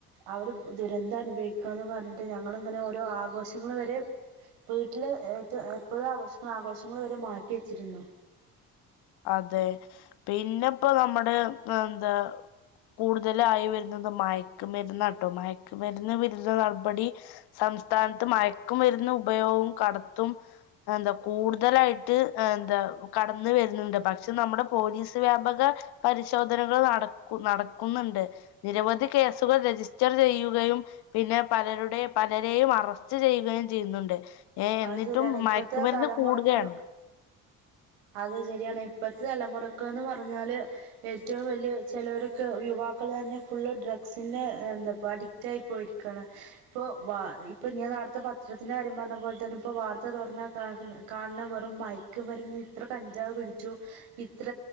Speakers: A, on the right; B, on the left.
A: അവര് ദുരന്തം അനുഭവിക്കാന്ന് പറഞ്ഞിട്ട് ഞങ്ങളിങ്ങനെ ഓരോ ആഘോഷങ്ങൾ വരെ വീട്ടില് ഏ എപ്പോഴും ആഘോഷങ്ങള് ആഘോഷങ്ങൾ വരെ മാറ്റി വെച്ചിരുന്നു
B: അതെ പിന്നെപ്പൊ നമ്മുടെ എന്താ കൂടുതലായി വരുന്നത് മയക്കുമരുന്ന് കേട്ടോ മയക്കുമരുന്ന് വരുന്ന നടപടി സംസ്ഥാനത്ത് മയക്കുമരുന്ന് ഉപയോഗവും കടത്തും എന്താ കൂടുതലായിട്ട് എന്താ കടന്ന് വരുന്ന ണ്ട് പക്ഷെ നമ്മുടെ പോലീസ് വ്യാപക പരിശോധനകൾ നടക്കു നടക്കുന്നുണ്ട് നിരവധി കേസുകൾ രജിസ്റ്റർ ചെയ്യുകയും പിന്നെ പലരുടെ പലരെയും അറസ്റ്റ് ചെയ്യുകയും ചെയ്യുന്നുണ്ട് ഏ
A: അത്
B: എന്നിട്ടും
A: ശരിയാണ് ഇപ്പഴത്തെ
B: മയക്കുമരുന്ന്
A: തലമുറക്ക്
B: കൂടുകയാണ്
A: അത് ശരിയാണ് ഇപ്പഴത്തെ തലമുറക്ക്ന്ന് പറഞ്ഞാല് ഏറ്റവും വലിയ ചിലരൊക്കെ യുവാക്കള് തന്നെ ഫുള്ള് ഡ്രഗ്സിന്റെ എന്താ അഡിക്റ്റ് ആയി പോയിരിക്കയാണ് ഇപ്പൊ വ ഇപ്പൊ ഞാൻ നടത്ത പത്രത്തിന്റെ കാര്യം പറഞ്ഞ പോലെ ഇതാണ് ഇപ്പോ വാർത്ത തുറന്നാ കാണുന്ന വെറും മയക്കുമരുന്ന് ഇത്ര കഞ്ചാവ് പിടിച്ചു ഇത്ര